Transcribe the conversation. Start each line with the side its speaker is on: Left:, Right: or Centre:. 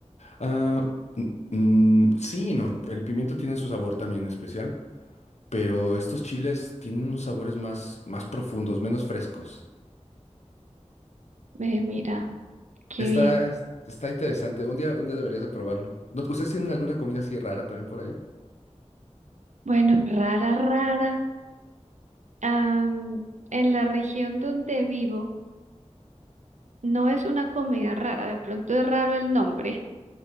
Left: Ah, n- mm, sí y no, el pimiento tiene su sabor también especial, pero estos chiles tienen unos sabores más, más profundos, menos frescos.
Right: Ve, mira, qué
Left: Está,
Right: bien.
Left: está interesante, un día, un día deberías de probarlo. ¿No- ¿Ustedes tienen alguna comida así rara también por allá?
Right: Bueno, rara, rara. Am, en la región donde vivo, no es una comida rara. De pronto es raro el nombre,